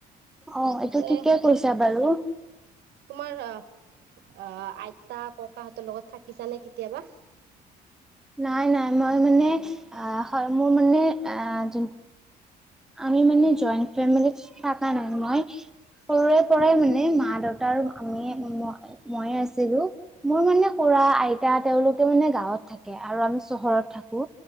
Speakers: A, in the centre; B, on the right.
A: অ এইটো
B: এ
A: ঠিকেই কৈছা বাৰু।
B: তোমাৰ আহ আহ আইতা -ককাহঁতৰ লগত থাকিছানে কেতিয়াবা?
A: নাই নাই মই মানে অ হয় মোৰ মানে আহ আমি মানে জইণ্ট ফেমিলি থকা নাই মই <unintelligible> সৰুৰে পৰাই মানে মা দেউতা আৰু আমি মইৱে আছিলো মোৰ মানে খুৰা আইতা তেওঁলোকে মানে গাঁৱত থাকে আৰু আমি চহৰত থাকো